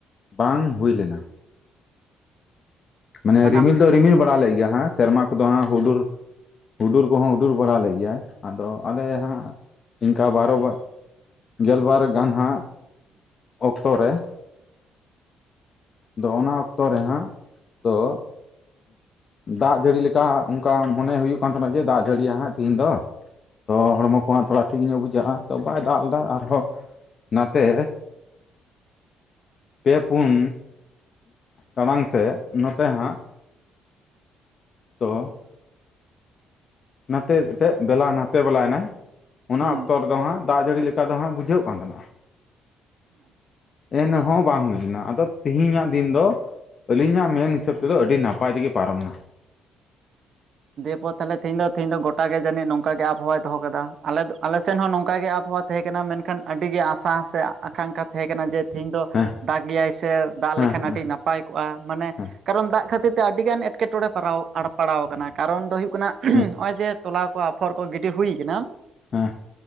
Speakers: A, on the left; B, on the right.
A: ᱵᱟᱝ ᱦᱩᱭ ᱞᱮᱱᱟ᱾ ᱢᱟᱱᱮ
B: ᱥᱟᱱᱟᱢ
A: ᱨᱤᱢᱤᱞ ᱫᱚ ᱨᱤᱢᱤᱞ ᱵᱟᱲᱟ ᱞᱮᱫ ᱜᱮᱭᱟ ᱦᱟᱸ ᱥᱮᱨᱢᱟ ᱠᱚᱫᱚ ᱦᱟᱸᱜ ᱦᱩᱰᱩᱨ ᱦᱩᱰᱩᱨ ᱠᱚᱦᱚᱸ ᱦᱩᱰᱩᱨ ᱵᱟᱲᱟ ᱞᱮᱫ ᱜᱮᱭᱟᱭ ᱟᱫᱚ ᱟᱞᱮ ᱦᱟᱸᱜ ᱤᱝᱠᱟ ᱵᱟᱨᱚ ᱵᱟ ᱜᱮᱞ ᱵᱟᱨ ᱜᱟᱱ ᱦᱟᱸᱜ ᱚᱠᱛᱚ ᱨᱮ᱾ ᱟᱫᱚ ᱚᱱᱟ ᱚᱠᱛᱚ ᱨᱮ ᱦᱟᱸᱜ ᱛᱚ ᱫᱟᱜ ᱡᱟᱹᱲᱤ ᱞᱮᱠᱟ ᱚᱱᱠᱟ ᱢᱚᱱᱮ ᱦᱩᱭᱩᱜ ᱠᱟᱱ ᱛᱟᱦᱮᱱᱟ, ᱡᱮ ᱫᱟᱸᱜ ᱡᱟᱹᱲᱤᱭᱟᱭ ᱦᱟᱸᱜ ᱛᱤᱦᱤᱧ ᱫᱚ᱾ ᱛᱚ ᱦᱚᱲᱢᱚ ᱠᱚᱦᱚᱸ ᱛᱷᱚᱲᱟ ᱴᱷᱤᱠ ᱧᱚᱜ ᱵᱩᱡᱷᱟᱹᱜᱼᱟ᱾ ᱛᱚ ᱵᱟᱭ ᱫᱟᱜ ᱞᱮᱫᱟ ᱟᱨᱦᱚᱸ, ᱱᱟᱛᱮ ᱯᱮ ᱯᱩᱱ ᱴᱟᱲᱟᱝ ᱥᱮᱫ ᱱᱚᱛᱮ ᱦᱟᱸᱜ ᱛᱚ, ᱱᱟᱛᱮ ᱛᱮᱫ ᱫᱮᱞᱟ ᱱᱟᱛᱮ ᱵᱮᱞᱟᱭᱮᱱᱟᱭ᱾ ᱚᱱᱟ
B: ᱦᱩᱸ
A: ᱚᱠᱛᱚ ᱨᱮᱫᱚ ᱦᱟᱸᱜ, ᱫᱟᱜ ᱡᱟᱹᱲᱤ ᱞᱮᱠᱟ ᱦᱟᱸᱜ ᱵᱩᱡᱷᱟᱹᱜ ᱠᱟᱱ ᱛᱟᱦᱮᱱᱟ᱾
B: ᱟᱪᱪᱷᱟ᱾
A: ᱮᱱᱦᱚᱸ ᱵᱟᱝ ᱦᱩᱭ ᱞᱮᱱᱟ᱾ ᱟᱫᱚ ᱛᱤᱦᱤᱧᱟᱜ ᱫᱤᱱ ᱫᱚ ᱟᱹᱞᱤᱧᱟᱜ ᱢᱮᱱ ᱦᱤᱥᱟᱹᱵ ᱛᱮᱫᱚ ᱟᱹᱰᱤ ᱱᱟᱯᱟᱭ ᱛᱮᱜᱮ ᱯᱟᱨᱚᱢ ᱮᱱᱟ᱾
B: ᱫᱤᱭᱮᱯᱚᱨ ᱛᱟᱦᱚᱞᱮ ᱛᱮᱦᱮᱧ ᱫᱚ ᱛᱮᱦᱮᱧ ᱫᱚ ᱜᱚᱴᱟ ᱜᱮ ᱡᱟᱹᱱᱤᱡ ᱱᱚᱝᱠᱟ ᱜᱮ ᱟᱵᱚᱦᱟᱣᱟᱭ ᱫᱚᱦᱚ ᱠᱟᱫᱚ ᱟᱞᱮᱥᱮᱫ ᱦᱚᱸ ᱱᱚᱝᱠᱟ ᱜᱮ ᱟᱵᱚᱦᱟᱣᱟ ᱛᱟᱦᱮᱸ ᱠᱟᱱᱟ, ᱢᱮᱱᱠᱷᱟᱱ ᱟᱹᱰᱤᱜᱮ ᱟᱥᱟ ᱥᱮ ᱟᱠᱟᱝᱠᱷᱟ ᱛᱟᱦᱮᱸ ᱠᱟᱱᱟ ᱡᱮ ᱛᱤᱦᱤᱧ ᱫᱚ
A: ᱦᱮᱸ
B: ᱫᱟᱜ ᱜᱮᱭᱟᱭ ᱥᱮ ᱫᱟᱜ
A: ᱦᱮᱸ
B: ᱞᱮᱠᱷᱟᱱ
A: ᱦᱮᱸ
B: ᱟᱹᱰᱤ ᱱᱟᱯᱟᱭ ᱠᱚᱜᱼᱟ ᱢᱟᱱᱮ
A: ᱦᱮᱸ
B: ᱠᱟᱨᱚᱱ ᱫᱟᱜ ᱠᱷᱟᱹᱛᱤᱨ ᱛᱮ ᱟᱹᱰᱤᱜᱟᱱ ᱮᱴᱠᱮ ᱠᱮᱴᱚᱬᱮ ᱯᱟᱨᱟᱣ ᱟᱬᱯᱟᱲᱟᱣ ᱠᱟᱱᱟ ᱠᱟᱨᱚᱱ ᱫᱚ ᱦᱩᱭᱩᱜ ᱠᱟᱱᱟ
A: ᱦᱩᱸ
B: ᱦᱚᱜᱼᱚᱭ ᱡᱮ ᱛᱚᱞᱟ ᱠᱚ ᱟᱯᱷᱚᱨ ᱠᱚ ᱜᱤᱰᱤ ᱦᱩᱭ ᱠᱟᱱᱟ᱾
A: ᱦᱮᱸ,